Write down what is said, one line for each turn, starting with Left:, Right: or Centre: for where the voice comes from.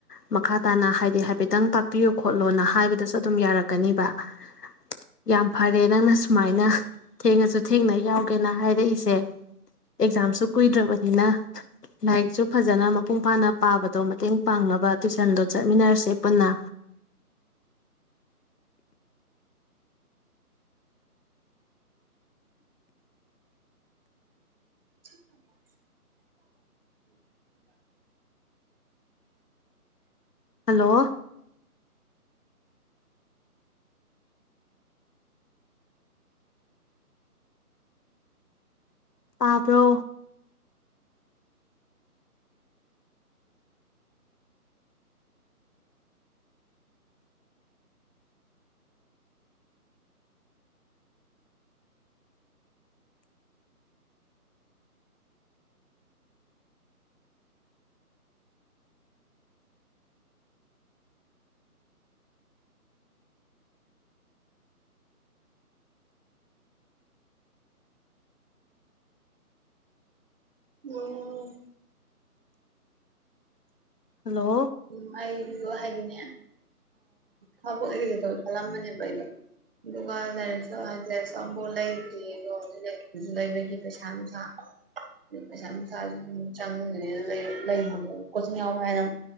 Left: ꯃꯈꯥ ꯇꯥꯅ ꯍꯥꯏꯗꯤ ꯍꯥꯏꯐꯦꯠꯇꯪ ꯇꯥꯛꯄꯤꯌꯨ ꯈꯣꯠꯂꯣꯅ ꯍꯥꯏꯕꯗꯁꯨ ꯑꯗꯨꯝ ꯌꯥꯔꯛꯀꯅꯤꯕ ꯌꯥꯝ ꯐꯔꯦ ꯅꯪꯅ ꯁꯨꯃꯥꯏꯅ ꯊꯦꯡꯉꯁꯨ ꯊꯦꯡꯅ ꯌꯥꯎ ꯀꯅ ꯍꯥꯏꯔꯛꯏꯁꯦ ꯑꯦꯛꯖꯥꯝꯁꯨ ꯀꯨꯏꯗ꯭ꯔꯕꯅꯤꯅ ꯂꯥꯏꯔꯤꯛꯁꯨ ꯐꯖꯅ ꯃꯄꯨꯡ ꯐꯥꯅ ꯄꯥꯕꯗꯣ ꯃꯇꯦꯡ ꯄꯥꯡꯅꯕ ꯇꯨꯋꯏꯁꯟꯗꯣ ꯆꯠꯃꯤꯟꯅꯔꯁꯦ ꯄꯨꯟꯅ
Right: <inaudible>
Left: ꯍꯜꯂꯣ ꯇꯥꯕ꯭ꯔꯣ
Right: ꯑꯣ
Left: ꯍꯜꯂꯣ
Right: ꯎꯝ ꯑꯩ ꯋꯥꯍꯩ ꯑꯗꯨꯅꯦ ꯑ ꯊꯕꯛ ꯑꯦꯒꯦ ꯇꯧ ꯈꯜꯂꯝꯕꯅꯦꯕ ꯑꯩꯗꯣ ꯑꯗꯨꯒ ꯂꯥꯏꯔꯤꯛꯁꯨ ꯍꯥꯏꯗꯤ ꯂꯥꯏꯔꯤꯁꯨ ꯑꯃꯐꯥꯎ ꯂꯩꯇ꯭ꯔꯤ ꯑꯗꯣ ꯂꯥꯏꯔꯤꯁꯨ ꯂꯩꯕꯒꯤ ꯄꯩꯁꯥ ꯅꯨꯡꯁꯥ ꯄꯩꯁꯥ ꯅꯨꯡꯁꯥꯁꯨ ꯑꯗꯨꯝ ꯆꯪꯗ꯭ꯔꯦ ꯑꯗꯨ ꯂꯩꯕꯗꯣ ꯀꯣꯆꯤꯡ ꯌꯥꯎꯕ ꯍꯥꯏꯅ